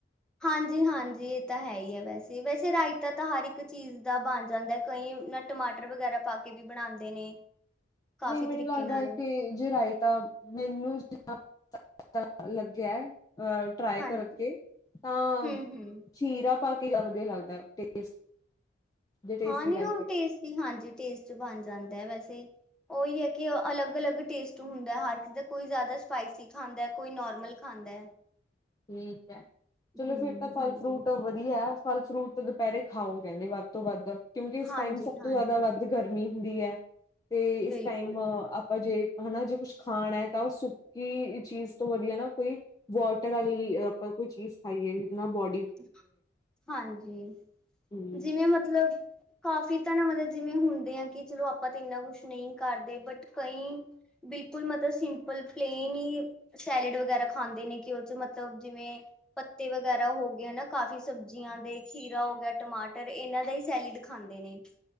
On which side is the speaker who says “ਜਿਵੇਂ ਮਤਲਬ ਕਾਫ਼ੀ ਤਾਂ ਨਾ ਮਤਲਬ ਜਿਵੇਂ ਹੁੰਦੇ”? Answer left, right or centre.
Centre